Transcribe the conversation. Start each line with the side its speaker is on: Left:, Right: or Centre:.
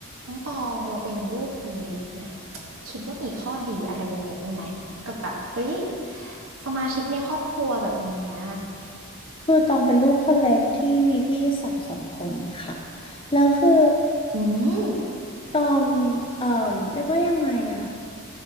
Right: น้องตองเราเป็นลูกคนเล็กเนี่ยคิดว่ามีข้อดีอะไรยังไงบ้างไหมกับแบบเฮ้ยสมาชิกในครอบครัวแบบเนี้ย
Left: คือตองเป็นลูกคนเล็กที่มีพี่สาวสองคนค่ะแล้วคือ
Right: อืม
Left: ตองเอ่อเรียกว่ายังไงอะ